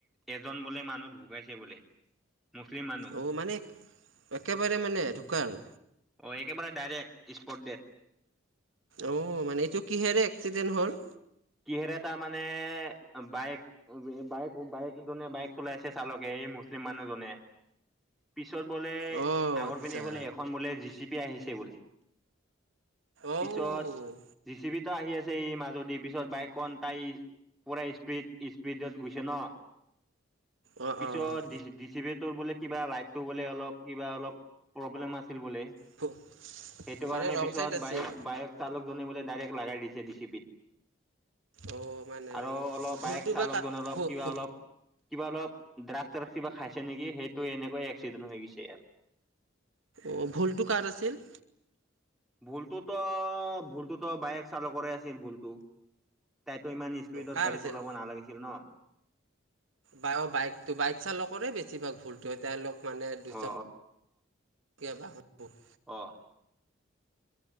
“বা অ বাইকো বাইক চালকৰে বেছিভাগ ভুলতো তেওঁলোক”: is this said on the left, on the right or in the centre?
Right